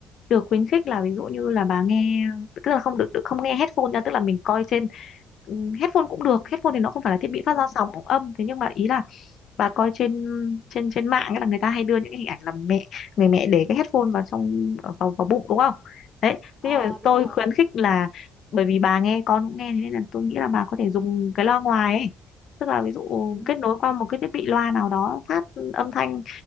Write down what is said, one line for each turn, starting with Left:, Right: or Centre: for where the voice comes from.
Left: được khuyến khích là ví dụ như là bà nghe tức là không được, được không nghe headphone ra tức là mình coi trên ừm, headphone cũng được headphone thì nó không phải là thiết bị
Right: Ừ,
Left: phát ra sóng âm thế nhưng mà ý là bà coi trên trên trên mạng ấy là người ta hay đưa những cái hình ảnh là mẹ người mẹ để cái headphone vào trong ở vào vào bụng đúng không đấy
Right: ờ
Left: thế nhưng mà
Right: đúng
Left: tôi
Right: rồi.
Left: khuyến khích là bởi vì bà nghe con cũng nghe thế nên là tôi nghĩ là bà có thể dùng cái loa ngoài ấy tức là ví dụ
Right: Ừ.
Left: kết nối qua một cái thiết bị loa nào đó phát âm thanh